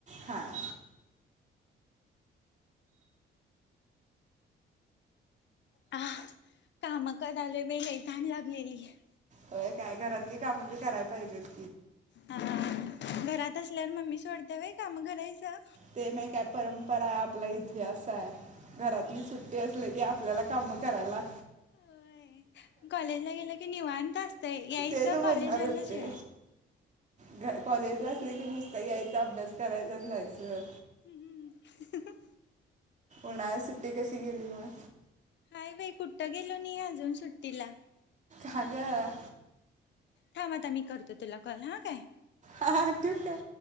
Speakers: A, on the right (about 35°); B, on the left (about 65°).
A: हां
B: हा काम क आले मी लै तहान लागलेली आहे
A: होय काय घरातली कामं बी कराय पहिगट
B: ह घरात असल्या मम्मी कोणत्या वेळी काम करायचं
A: ते नाही काय परंपरा आपला इतिहास आहे घरातली सुट्टी असली की आपल्याला काम करा लाला
B: हो कॉलेजला गेलं की निवांत असत यास
A: तेच म्हणणार
B: कॉलेजवरण
A: होते
B: जे
A: घ- कॉलेजला असले की नुसत यायचा अभ्यास करायचा जाईल ज
B: हम्म हम्
A: उन्हाळ्या सुट्टी कशी गेली मग
B: हाय बाई कुठं गेलो नाही अजून सुट्टीला.
A: कागं
B: थांबता मी करतो तुला कॉल हा काय
A: हा त का